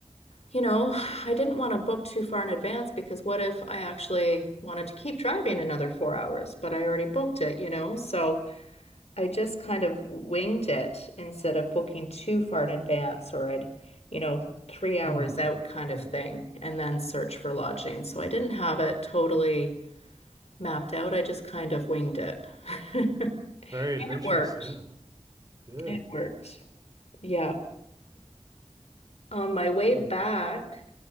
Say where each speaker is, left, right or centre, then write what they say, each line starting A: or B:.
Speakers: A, on the left; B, on the right.
A: You know, I didn't want to book too far in advance because what if I actually wanted to keep driving another four hours, but I already booked it, you know? So I just kind of winged it instead of booking too far in advance or I'd, you know, three hours
B: Hmm.
A: out kind
B: Hmm.
A: of thing and then search for lodging. So I didn't have it totally mapped out. I just kind of winged it. <laughs>
B: Very
A: And
B: adventurous.
A: it worked.
B: Yeah. Good.
A: It worked. Yeah. On my way
B: Hmm.
A: back,